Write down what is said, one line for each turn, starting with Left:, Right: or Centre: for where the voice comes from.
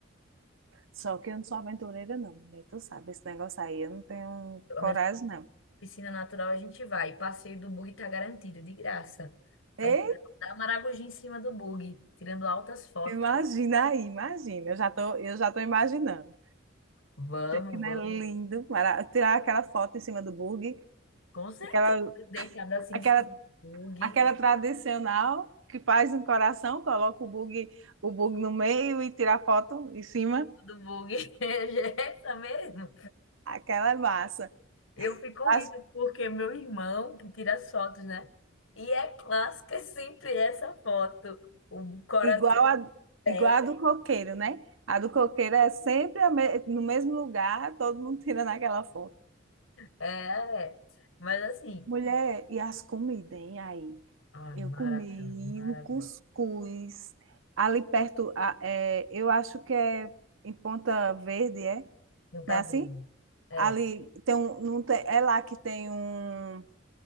Right: Só que eu não sou aventureira, não, mulher. Tu sabe, esse negócio aí eu não tenho
Left: Pelo
Right: coragem,
Left: menos
Right: não.
Left: Piscina natural a gente vai. Passeio do bug tá garantido, de graça.
Right: Ei,
Left: A gente vai dar Maragogi em cima do bug, tirando altas fotos.
Right: imagina aí, imagina. Eu já tô, eu já tô imaginando.
Left: Vamos,
Right: Gente, Que não
Left: vamos.
Right: é lindo, mara- tirar aquela foto em cima do bug,
Left: Com certeza.
Right: aquela,
Left: deitado assim
Right: aquela,
Left: em cima do bug.
Right: aquela tradicional que faz um coração, coloca o bug, o bug no meio e tira a foto em cima.
Left: Do bug. <laughs> É essa mesmo.
Right: Aquela é massa.
Left: Eu fico
Right: As
Left: rindo porque meu irmão que tira as fotos, né? E é clássica <laughs> sempre essa foto. O coração.
Right: Igual a, igual
Left: É,
Right: a do coqueiro, né? A do coqueiro é sempre a me- no mesmo lugar, todo mundo tirando aquela foto.
Left: é. Mas assim.
Right: Mulher, e as comidas, hein? Aí,
Left: Ah,
Right: eu
Left: maravilhoso,
Right: comi
Left: maravilhoso.
Right: um cuscuz ali perto, a- é, eu acho que é em Ponta Verde, é?
Left: Não tá
Right: Não é assim?
Left: vendo. É.
Right: Ali tem um, não tem, é lá que tem um,